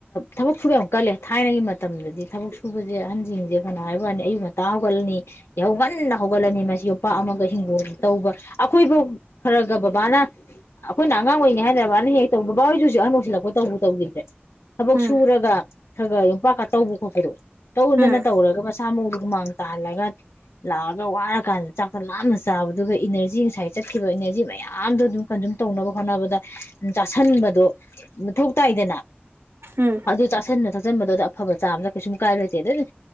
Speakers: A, on the left (about 80°); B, on the right (about 70°).
A: ꯊꯕꯛ ꯁꯨꯕ ꯌꯥꯝ ꯀꯜꯂꯦ ꯊꯥꯏꯅꯒꯤ ꯃꯇꯝꯗꯗꯤ ꯊꯕꯛ ꯁꯨꯕꯁꯦ ꯑꯍꯟꯁꯤꯡꯁꯦ ꯐꯅ ꯍꯥꯏꯕ ꯋꯥꯅꯤ ꯑꯌꯨꯛ ꯉꯟꯇꯥ ꯍꯧꯒꯠꯂꯅꯤ ꯌꯥꯍꯧ ꯉꯟꯅ ꯍꯧꯒꯠꯂꯅꯤ ꯃꯁꯤ ꯌꯣꯄꯥꯛ ꯑꯃꯒ ꯍꯤꯡꯒꯣꯜ ꯇꯧꯕ ꯑꯩꯈꯣꯏꯐꯧ ꯈꯔꯒ ꯕꯥꯕꯥꯅ ꯑꯩꯈꯣꯏꯅ ꯑꯉꯥꯡ ꯑꯣꯏꯔꯤꯉꯩ ꯍꯥꯏꯗ ꯕꯥꯕꯥꯅ ꯍꯦꯛ ꯇꯧꯕ ꯕꯥꯕꯥ ꯍꯧꯖꯤꯛ ꯑꯍꯟ ꯑꯣꯏꯁꯤꯜꯂꯛꯄꯩ ꯇꯧꯕ ꯇꯧꯈꯤꯗ꯭ꯔꯦ ꯊꯕꯛ
B: ꯎꯝ
A: ꯁꯨꯔꯒ ꯈꯔ ꯈꯔ ꯌꯣꯝꯄꯥꯛꯀ ꯇꯧꯕ ꯈꯣꯠꯄꯗꯣ ꯇꯧꯗꯅ
B: ꯎꯝ
A: ꯇꯧꯔꯒ ꯃꯁꯥ ꯃꯎꯗꯣ ꯍꯨꯃꯥꯡ ꯇꯥꯍꯜꯂꯒ ꯂꯥꯛꯑꯒ ꯋꯥꯔꯀꯥꯟꯗ ꯆꯥꯛꯇ‌ꯣ ꯂꯥꯝꯅ ꯆꯥꯕꯗꯨꯒ ꯏꯅꯔꯖꯤ ꯉꯁꯥꯏ ꯆꯠꯈꯤꯕ ꯏꯅꯔꯖꯤ ꯃꯌꯥꯝꯗꯣ ꯑꯗꯨꯝ ꯀꯟꯖꯨꯝ ꯇꯧꯅꯕ ꯍꯣꯠꯅꯕꯗ ꯆꯥꯁꯟꯕꯗꯣ ꯃꯊꯧ ꯇꯥꯏꯗꯅ
B: ꯎꯝ
A: ꯑꯗꯨ ꯆꯥꯁꯤꯟꯅ ꯊꯥꯆꯟꯕꯗꯣꯗ ꯑꯐꯕ ꯆꯥꯕꯗ ꯀꯩꯁꯨꯝ ꯀꯥꯏꯕ ꯂꯩꯇꯦ ꯑꯗꯨꯝ